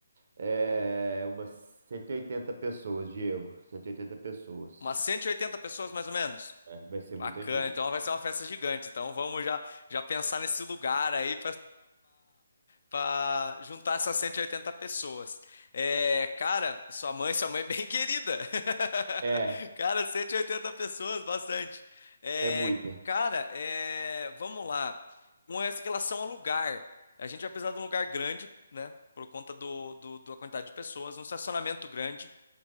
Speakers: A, on the right; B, on the left.
A: É, umas 180 pessoas, Diego. 180 pessoas.
B: Umas 180 pessoas mais ou menos.
A: Vai ser
B: Bacana,
A: muita gente.
B: então vai ser uma festa gigante. Então vamos já, já pensar nesse lugar aí para juntar essas 180 pessoas. É, cara, sua mãe, sua mãe é bem <laughs> querida.
A: É,
B: <laughs> Cara, 180 pessoas, bastante. É,
A: é muita.
B: cara, é, vamos lá. Com essa relação ao lugar, a gente vai precisar de um lugar grande, né? Por conta do, do, da quantidade de pessoas, um estacionamento grande.